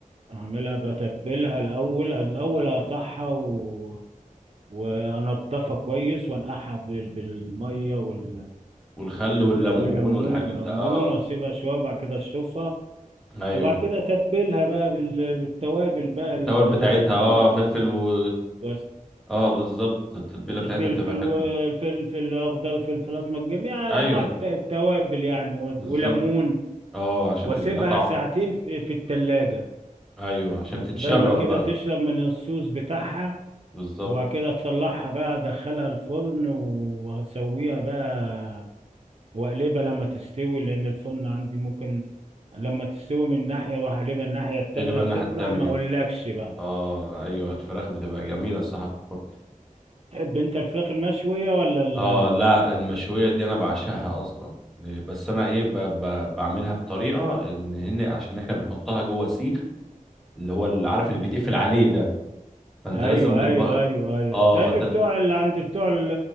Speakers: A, on the right; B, in the centre.
A: اعملها بتبلها الاول الاول اقطعها و... وانضفها كويس وانقعها بال... بالميه وال...
B: والخل
A: وال...
B: والليمون
A: والليمون
B: والحاجات ده
A: ليمون
B: اه
A: واسيبها شويه وبعد كده اشطفها
B: ايوه
A: وبعد كده اتبلها بقى بال... بالتوابل بقى
B: التوابل
A: الكويسه
B: بتاعتها اه فلفل و
A: وأس-
B: اه بالظبط التتبيله بتاعتها
A: فلفل
B: بتبقى حلوه
A: و- فلفل اخضر فلفل اسمر جميع
B: ايوه
A: انواع الت- التوابل يعني و-
B: بالظبط
A: وليمون
B: اه عشان
A: واسيبها
B: تديها طعم
A: ساعتين في في التلاجة
B: ايوه عشان تتشرب
A: قبل ما كده
B: بقى
A: تشرب من الصوص بتاعها
B: بالظبط
A: وبعد كده اطلعها بقى ادخلها الفرن وهسويها بقى واقلبها لما تستوي لان الفرن عندي ممكن لما تستوي من ناحية اروح اقلبها الناحية التانية
B: تقلبها
A: بتطلع
B: الناحيه التانيه
A: ما اقولكش بقى
B: اه ايوه الفراخ بتبقى جميله الصراحه في الفرن
A: تحب انت الفراخ المشوية ولا ال
B: اه لا المشويه دي انا بعشقها اصلا آه، بس انا ايه ب... ب... بعملها بطريقه ان هن عشان احنا بنحطها جوه سيخ اللي هو اللي عارف اللي بيتقفل عليه ده فانت
A: ايوه
B: لازم بتبقى
A: ايوه ايوه ايوه
B: اه
A: زي
B: فانت
A: اللي بتوع
B: ل-
A: اللي عند بتوع ال-